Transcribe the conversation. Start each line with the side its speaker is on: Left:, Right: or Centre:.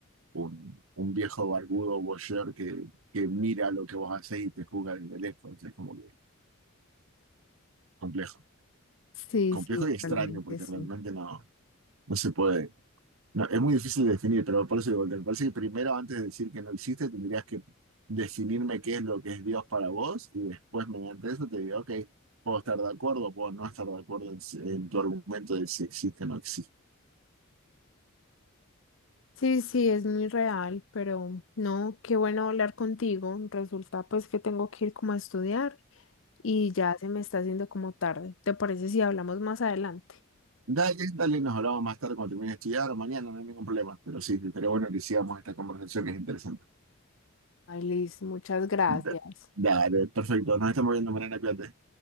Right: un- un viejo barbudo voyeur que, que mira lo que vos hacés y te juzga desde lejos. Es como que complejo.
Left: Sí,
Right: Complejo
Left: sí,
Right: y extraño
Left: realmente
Right: porque
Left: sí.
Right: realmente no, no se puede. No, es muy difícil de definir, pero por eso digo, me parece que primero, antes de decir que no existe, tendrías que definirme qué es lo que es Dios para vos y después mediante eso te digo, ok, puedo estar de acuerdo, puedo no estar de acuerdo en, si, en tu argumento de si existe o no existe.
Left: Sí, sí, es muy real, pero no, qué bueno hablar contigo. Resulta pues que tengo que ir como a estudiar y ya se me está haciendo como tarde. ¿Te parece si hablamos más adelante?
Right: Dale, dale, nos hablamos más tarde cuando termine de estudiar o mañana, no hay ningún problema, pero sí, estaría bueno que sigamos esta conversación que es interesante.
Left: Ay, Liz, muchas gracias.
Right: Da- Dale, perfecto, nos estamos viendo mañana, cuídate.